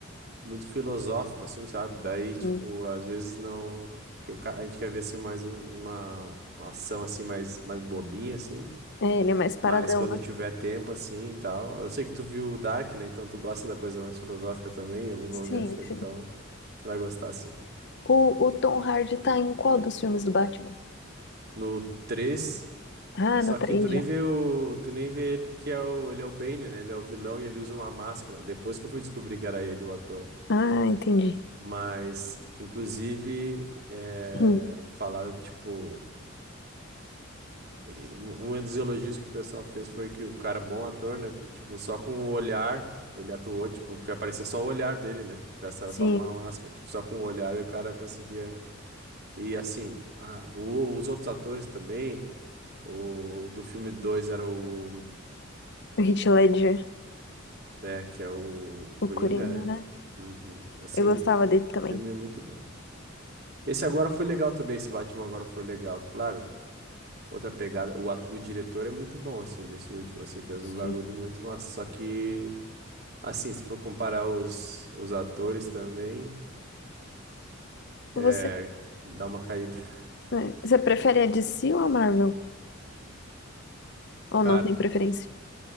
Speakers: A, on the right; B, on the left.
A: muito filosófico, assim, sabe? Daí, tipo,
B: Hum.
A: às vezes não. que o cara- A gente quer ver assim mais um- uma, uma ação assim mais, mais bobinha, assim.
B: É, ele é mais paradão,
A: Mas quando
B: né?
A: tiver tempo, assim e tal. Eu sei que tu viu o Dark, né? Então tu gosta da coisa mais filosófica também, em alguns momentos,
B: Sim,
A: né?
B: sim.
A: Então tu vai gostar, sim.
B: O, o Tom Hardy tá em qual dos filmes do Batman?
A: No três
B: Ah,
A: só
B: no três
A: que tu nem
B: já.
A: vê o. Tu nem vê ele porque é o... ele é o Bane, né? Ele é o vilão e ele usa uma máscara. Depois que eu fui descobrir que era ele, o ator.
B: Ah, entendi.
A: Mas, inclusive, eh,
B: Hum.
A: falaram que, tipo. E Um um dos elogios que o pessoal fez foi que o cara é bom ator, né? Porque, tipo, só com o olhar ele atuou, tipo, porque aparecia só o olhar dele, né? O resto era
B: Sim,
A: só uma máscara. Tipo, só com o olhar o cara conseguia. E assim, a- o- os outros atores também, o do filme 2 era o,
B: o Heath Ledger,
A: né, que é o
B: o
A: Coringa,
B: Coringa,
A: né?
B: né?
A: Uhum. Assim,
B: Eu gostava dele também.
A: filme é muito bom. Esse agora foi legal também, esse Batman agora foi legal, claro. outra pegada. O, atu- o diretor é muito bom, assim, desse último, assim, fez
B: Sim.
A: um bagulho muito massa. Só que, assim, se for comparar os, os atores também, é,
B: Você,
A: dá uma caída. <laughs>
B: é, você prefere a DC ou a Marvel? Ou
A: Cara,
B: não tem preferência?